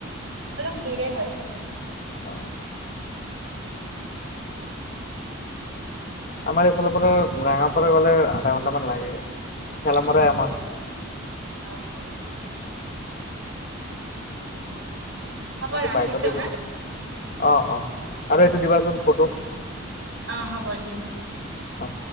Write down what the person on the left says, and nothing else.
আ। আমাৰ এইফালৰ পৰা ৰাঙা পাৰা গ'লে আধা ঘণ্টামান লাগে। ঠেলামৰাই
আমাৰ
মইটো
বাইকতে গৈ
থম। অ অ আৰু এইটো দিবাচোন ফটো।
অহ।